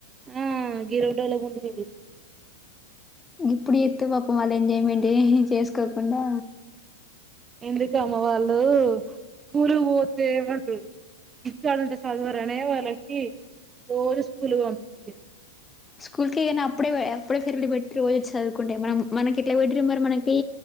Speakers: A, on the right; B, on the left.
A: ఆ గీ రెండురోజుల ముందు ముందు
B: గిప్పుడు చేత్తే పాపం వాల్ ఎంజాయ్మెంటే చేస్కోకుండా
A: ఎందుకమ్మ వాళ్ళు స్కూల్కి పోతే ఏమంటరు ఇంటికాడ ఉంటే సద్వరనే వాళ్ళకి రోజు స్కూలు పంపించిన్రు.
B: స్కూల్కే గని అప్పుడే అప్పుడే <unintelligible> పోయి చదువుకుంటే మనం మనకెట్లా పెట్టిర మరి మనకి